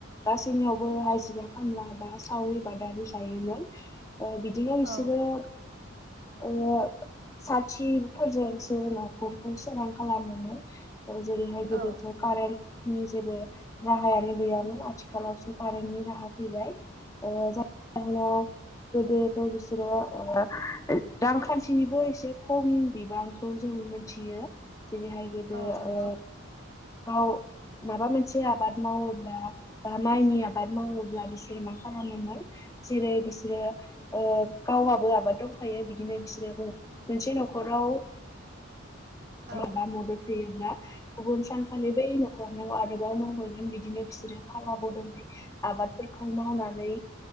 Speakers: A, on the left; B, on the right.
A: गासैनियावबो हाजिरा खामला बा सावरि बादालि जायोमोन बिदिनो
B: औ
A: बिसोरो ओ साथिफोरजोंसो न'खरखौ सोरां खालामोमोन। जेरैहाय गोदोथ'
B: औ
A: कारेन नि जेबो राहायानो गैयामोन आथिखालावसो कारेन्टनि राहा फैबाय जाहनाव गोदोथ' बिसोरो रांखान्थिनिबो एसे खम बिबांखौ जों मोनथियो। जेरैहाय गोदो
B: औ नंगौ
A: ओ गाव माबा मोनसे आबाद मावोब्ला बा माइनि आबाद मावोब्ला बिसोर मा खालामोमोन जेरै बिसोरो गावहाबो आबाद दंखायो बिदिनो बिसोरोखौ मोनसे न'खराव
B: औ
A: माबा माबि होयोब्ला गुबुन सानखालि बै न'खरनिआव आरोबाव मावहैगोन बिदिनो बिसोरो फाला बदलै आबादफोरखौ मावनानै